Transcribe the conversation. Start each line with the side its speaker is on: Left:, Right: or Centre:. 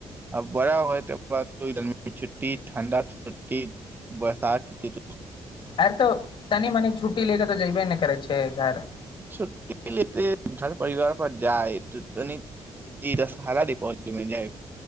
Right: अब बड़ा होए त बात तोलमे ती ठण्डा छुट्टी बरसात छुट
Left: आर तऽ तनि मनी छुट्टी लेके तऽ जयबै ने करै छै घर
Right: छुटटी लर परवारप जाइ त तनी ई हाल द प जा